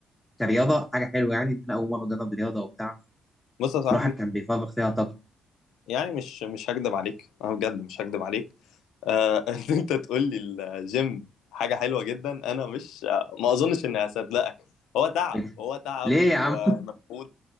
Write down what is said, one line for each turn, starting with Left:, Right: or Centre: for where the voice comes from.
Centre: كرياضه حاجه حلوه يعني ان انا اول مره اجرب رياضه وبتاع
Left: بص يا صاحبي
Centre: الواحد كان بيفرغ فيها طاقته
Left: يعني مش مش هكدب عليك انا بجد مش هكدب عليك آه <laughs> ان انت تقول لي الجيم حاجه حلوه جدا انا مش ما اظنش اني هصدقك هو تعب
Centre: <laughs>
Left: هو تعب
Centre: ليه يا
Left: ومجهود
Centre: عم